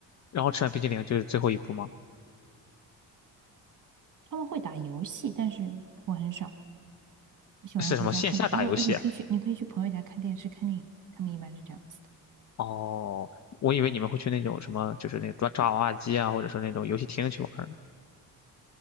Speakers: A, on the left (about 45°); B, on the right (about 50°).
A: 然后吃完冰激凌就是最后一步吗？
B: 他们会打游戏，但是我很少。我喜欢回家看电哦，
A: 是什么线下打游戏啊？
B: 呃，你可以去，你可以去朋友家看电视、看电影。他们一般是这样子的。
A: 哦，我以为你们会去那种什么，就是那种抓抓娃娃机啊，或者说那种游戏厅去玩儿